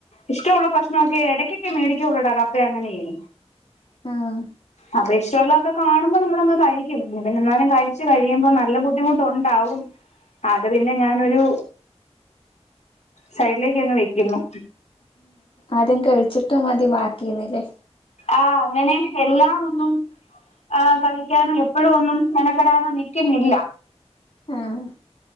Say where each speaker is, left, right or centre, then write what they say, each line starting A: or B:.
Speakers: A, on the left; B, on the left.
A: ഇഷ്ടവുള്ള ഭക്ഷണൊക്കെ ഇടക്കൊക്കെ മേടിക്കള്ളട കപ്പയ അങ്ങനെയ്
B: ആഹ്
A: അപ്പ ഇഷ്ടവുള്ളതൊക്കെ കാണുമ്പം നമ്മള് അങ്ങ് കഴിക്കും പിന്നെ എന്നാലും കഴിച്ചു കഴിയുമ്പം നല്ല ബുദ്ധിമുട്ട് ഒണ്ടാവും അത് പിന്നെ ഞാനൊരു സൈഡിലേക്ക് അങ്ങ് വെക്കുന്നു
B: ആദ്യം കഴിച്ചിട്ട് മതി ബാക്കി എന്നല്ലേ
A: ആഹ് അങ്ങനെ എല്ലാം ഒന്നും ആഹ് കഴിക്കാനോ എപ്പോഴും ഒന്നും മെനക്കടാനോ നിക്ക്ന്നില്ല
B: ആഹ്